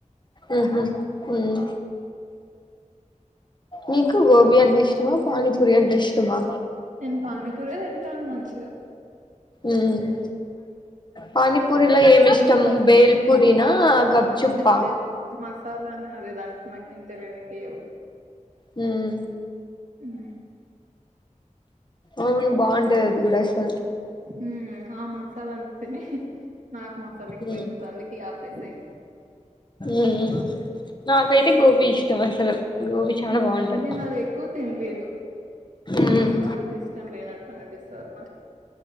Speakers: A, on the left; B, on the right.
A: ఉహు ఉమ్ మీకు గోబీ అంటే ఇష్టమా పానీపూరి అంటే ఇష్టమా
B: నేను పానీపూరే తింటాను మంచి గా
A: ఉమ్మ్ పనీపూరిల ఏం ఇష్టం బేల్ పూరినా గప్ చుప్పా
B: లేదు లేదు మసాలా అదే దాంట్ నాకు ఎం తెలిదు ఇంకియు
A: హ్మ్
B: హ్మ్
A: అవును బాగుంటది అది కూడా అసలు
B: మ్మ్ ఆ మసాలాను నాకు మసాలా ఎక్కుయితాంది
A: ఉమ్
B: ఇగ పేసేయ్
A: ఉమ్ నాకైతే గోబి ఇష్టం అసలు గోబీ చాలా
B: హ్మ్
A: బాగుంటది
B: నేను అది ఎక్కువ తినలేను
A: ఉమ్
B: ఎందుకు అది ఇష్టం లేనట్లు అనిపి సర్ పై